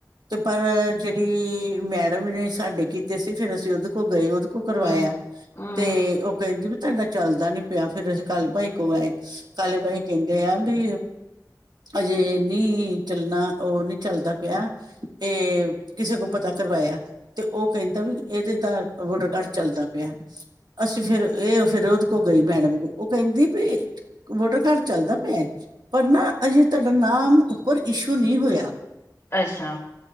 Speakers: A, on the right; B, on the left.
A: ਤੇ ਪਰ ਜਿਹੜੀ ਮੈਡਮ ਨੇ ਸਾਡੇ ਕੀਤੇ ਸੀ ਫੇਰ ਅਸੀਂ ਉਹਦੇ ਕੋਲ ਗਏ ਉਹ ਤੋਂ ਕਰਵਾਇਆ
B: ਹੂੰ ਹੂੰ
A: ਤੇ ਉਹ ਕਹਿੰਦੀ ਵੀ ਤੁਹਾਡਾ ਚੱਲਦਾ ਨੀ ਪਿਆ ਫੇਰ ਅਸੀਂ ਕਾਲੇ ਭਾਈ ਕੋਲ ਆਏ। ਕਾਲੇ ਬਾਈ ਕਹਿੰਦੇ ਆ ਵੀ ਅਜੇ ਨੀ ਚੱਲਨਾ, ਉਹ ਨੀ ਚੱਲਦਾ ਪਿਆ ਇਹ ਕਿਸ ਪਤਾ ਕਰਵਾਇਆ ਤੇ ਉਹ ਕਹਿੰਦਾ ਵੀ ਇਹਦੇ ਦਾ ਵੋਟਰ ਕਾਰਡ ਚੱਲਦਾ ਪਿਆ, ਅਸੀਂ ਫੇਰ ਇਹ ਫੇਰ ਉਹਦੇ ਕੋਲ ਗਈ ਮੈਡਮ ਕੋਲ, ਉਹ ਕਹਿੰਦੀ ਪੀ ਵੋਟਰ ਕਾਰਡ ਚਲ ਚਲਦਾ ਪਿਆ ਏ, ਪਰ ਨਾ ਅਜੇ ਤੁਹਾਡਾ ਨਾਮ ਉੱਪਰ ਇਸ਼ੂ ਨੀ ਹੋਇਆ।
B: ਅੱਛਾ।